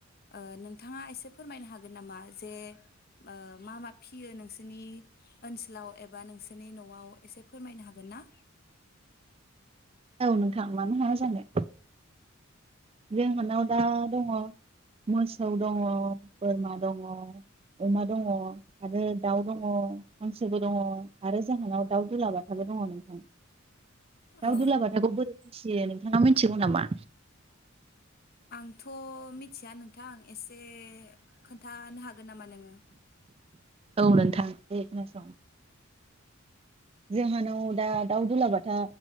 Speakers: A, on the left; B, on the right.
A: ओ नोंथाङा एसे फोरमायनो हागोन नामा जे ओ मा मा फिसियो नोंसिनि ओनसोलाव एबा नोंसिनि न आव एसे फोरमायनो हागोन ना?
B: औ नोंथां थां मानो हाया जानो। जों हानाव दा दङ मोसौ दङ बोरमा दङ अमा दङ आरो दाउ दङ मानसबो दङ आरो जोंहानाव दाउ दुलाबाथाबो दङ नोंथां दाउ
A: औ
B: दुलाबाथाखौ बोरै मिथियो नोंथाङा मिथिगौ नामा?
A: आंथ' मिथिया नोंथां एसे खोन्थानो हागोन नामा नोङो।
B: औ नोंथां दे खोनासं जोंहानाव दा दाउ दुलाबाथा